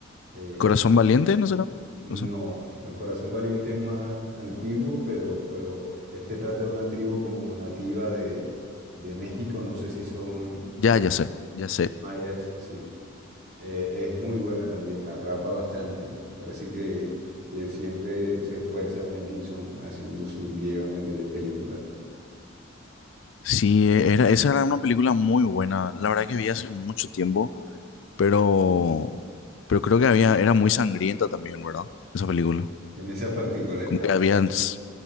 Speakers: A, on the right; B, on the left.
A: eh,
B: Corazón Valiente, ¿no será?
A: No,
B: No sé.
A: el Corazón Valiente es más antiguo, pero, pero este trata de una tribu como nativa de, de México, no sé si son
B: Ya,
A: los
B: ya sé, ya sé.
A: mayas, sí. Eh, es muy buena también, atrapa bastante. Parece que, que siempre se esfuerza Mel Gibson haciendo sus guiones de películas.
B: Sí, e- era, esa era una película muy buena. La verdad que vi hace mucho tiempo, pero, pero creo que había, era muy sangrienta también, ¿verdad? Esa película.
A: Tiene esa particularidad.
B: Como que había s-